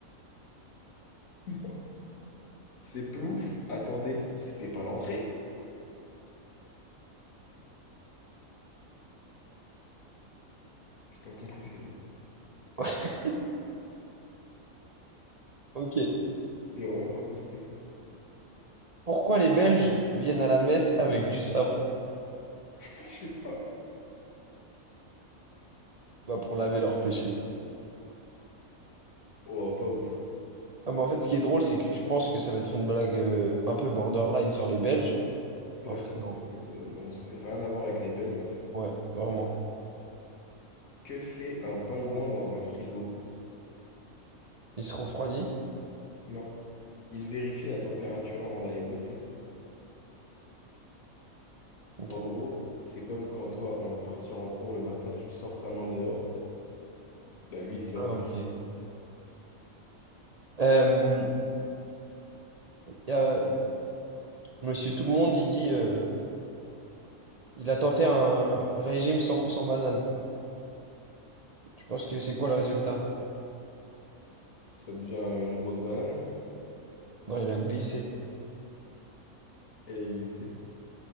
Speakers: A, on the left (about 70°); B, on the right (about 45°).
A: <laughs> Non. C'est plouf. Attendez, c'était pas l'entrée? J'ai pas compris celle-là.
B: <laughs> Ok.
A: J'ai vraiment pas compris.
B: Pourquoi les Belges viennent à la messe avec du savon?
A: <laughs> Je sais pas.
B: Bah pour laver leurs péchés.
A: Oh, pas ouf.
B: Ah, mais en fait, ce qui est drôle, c'est que tu penses que ça va être une blague euh, un peu borderline sur les Belges.
A: Ouais.
B: En fait, non.
A: En fait, euh, non, c'est rien à voir avec les Belges, en fait.
B: Ouais, vraiment.
A: Que fait un pingouin dans un frigo?
B: Il se refroidit?
A: Non. Il vérifie la température avant d'aller bosser.
B: Ok.
A: En gros, c'est comme quand toi, avant de partir en cours le matin, tu sors ta main dehors. Bah lui, il se
B: Ah,
A: met dans le
B: ok.
A: frigo.
B: Euh, y a- euh, Monsieur Tout-le-Monde, il dit... euh, Il a tenté un régime 100% banane. Tu penses que c'est quoi le résultat?
A: Ça devient une grosse banane.
B: Non, il a glissé.
A: Elle a glissé.